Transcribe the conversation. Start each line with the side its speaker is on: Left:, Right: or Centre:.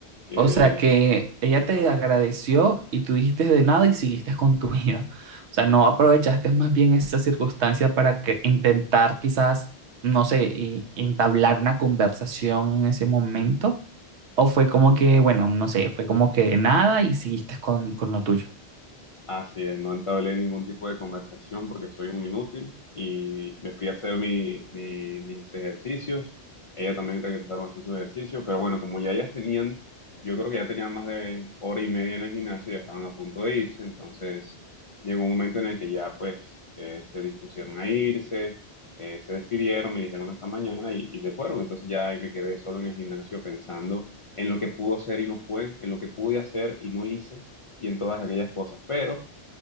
Left: que...
Right: O sea que ella
Left: ajá.
Right: te agradeció y tú dijiste de nada y siguiste con tu vida. O sea, no aprovechaste más bien esa circunstancia para que intentar quizás, no sé, y- entablar una conversación en ese momento. O fue como que, bueno, no sé, fue como que de nada y siguiste con, con lo tuyo.
Left: Así es, no entablé ningún tipo de conversación porque soy un inútil y me fui a hacer mi- mi- mis ejercicios. Ella también regresaron a hacer sus ejercicios, pero bueno, como ya ellas tenían, yo creo que ya tenían más de hora y media en el gimnasio, ya estaban a punto de irse, entonces llegó un momento en el que ya pues eh, se dispusieron a irse, eh, se despidieron, me dijeron hasta mañana y, y se fueron, entonces ya ahí me quedé solo en el gimnasio pensando en lo que pudo ser y no fue, en lo que pude hacer y no hice y en todas aquellas cosas, pero...